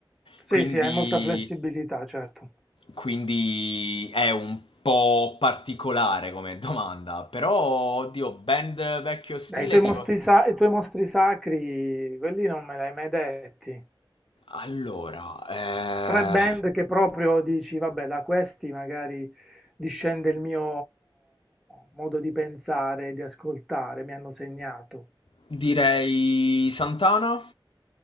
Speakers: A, in the centre; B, on the left.
A: Sì,
B: Quindi,
A: sì, hai molta flessibilità, certo.
B: quindi è un po' particolare come domanda, però oddio, band vecchio stile
A: Dai, i tuoi
B: tipo...
A: mostri, sa- i tuoi mostri sacri, quelli non me li hai mai detti.
B: Allora, eh,
A: tre band che proprio dici, vabbè, da questi magari discende il mio modo di pensare, di ascoltare, mi hanno segnato.
B: direi Santana,